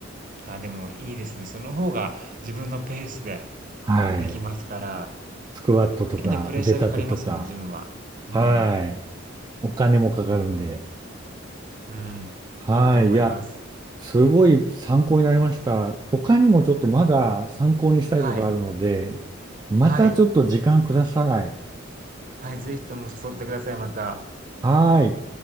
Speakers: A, on the right (about 45°); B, on the right (about 20°).
A: あ、でもいいですね。その方が自分のペースで
B: はい。
A: できますから、
B: スクワットとか腕立てとか、
A: 変なプレッシャーかかりますもん、ジムは。うん、
B: はい。お金もかかるんで。
A: うん。
B: はい。
A: いいと思います。
B: いや、すごい参考になりました。他にもちょっとまだ参考にしたいことあるので、
A: はい、
B: またちょっと時間ください。
A: はい、はい、ぜひとも誘ってください、また。
B: はい。